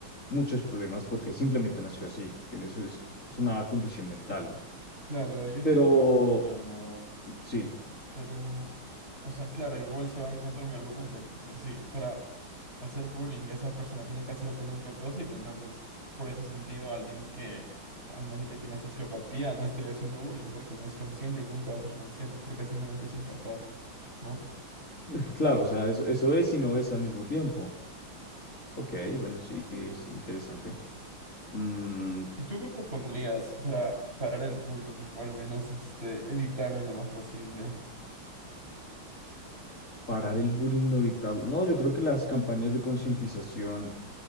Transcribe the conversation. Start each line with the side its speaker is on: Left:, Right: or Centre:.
Left: muchos problemas porque simplemente nació así. Tiene su- es, es una condición mental.
Right: Claro, yo entiendo
Left: Pero
Right: tu punto, ¿no?
Left: sí,
Right: Pero, o sea, claro, igual se va a encontrar mi argumento, porque sí, para hacer bullying esa persona tiene que hacerlo con un propósito, entonces, por ese sentido, alguien que realmente tiene sociopatía no estaría haciendo bullying porque no es consciente y nunca va a ser consciente, porque simplemente es incapaz, ¿no?
Left: <laughs> claro, o sea, eso, eso es y no es al mismo tiempo. Ok, bueno, sí, es interesante. Mm,
Right: ¿Y tú qué propondrías para parar el bullying o al menos este evitarlo en lo más posible?
Left: parar el bullying no evitarlo. No, yo creo que las campañas de concientización,